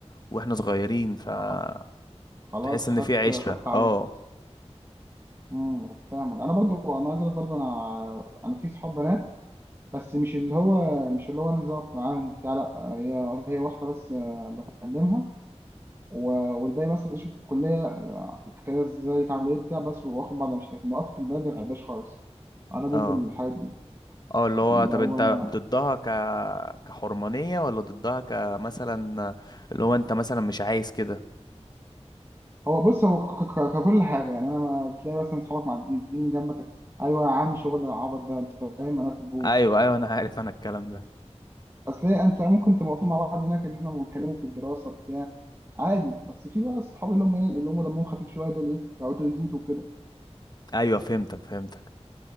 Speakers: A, on the left (about 35°); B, on the right (about 20°).
A: وإحنا صغيرين فتحس
B: خ- خلاص
A: إن
B: خدت
A: في عشرة
B: خدت عليها
A: اه
B: امم فاهمك انا برضو انا عايز اقول برضو انا انا في صحاب بنات بس مش اللي هو مش اللي هو انزل اقف معاهم بتاع لا هي هي واحده بس آه، بكلمها و- والباقي مثلا اشوف الكليه آه، كده ازيك عامل ايه بتاع بس واخد بعض مش لكن وقفت البلد ما بحبهاش خالص انا ضد
A: اه
B: الحاجات دي
A: اه اللي هو
B: اللي
A: طب
B: هو
A: انت
B: انا
A: ضدها ك كحرمانية ولا ضدها كمثلا اللي هو انت مثلا مش عايز كده
B: هو بص هو ك- ك- ككل حاجه يعني انا ما تلاقي مثلا اصحابك معديين جنبك ايوه يا عم شغل العبط ده انت فاهم انا ما بحبوش
A: ايوه ايوه انا عارف انا الكلام ده
B: اصل إيه، انت ممكن تبقى واقفين مع بعض هناك ان احنا بنتكلموا في الدراسه بتاع عادي بس في بقى الصحاب اللي هم ايه اللي هم دمهم خفيف شويه دول ايه يقعدوا يزيدوا كده
A: ايوه فهمتك فهمتك